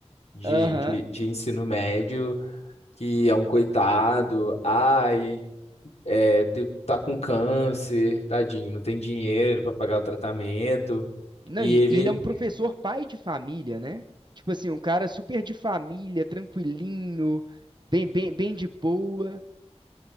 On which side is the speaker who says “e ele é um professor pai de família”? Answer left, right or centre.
Right